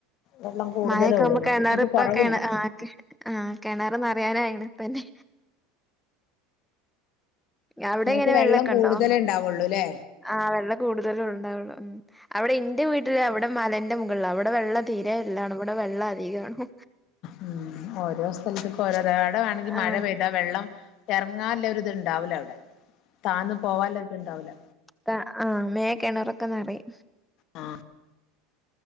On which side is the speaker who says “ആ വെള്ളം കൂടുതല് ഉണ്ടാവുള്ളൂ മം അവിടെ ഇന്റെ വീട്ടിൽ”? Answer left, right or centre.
Centre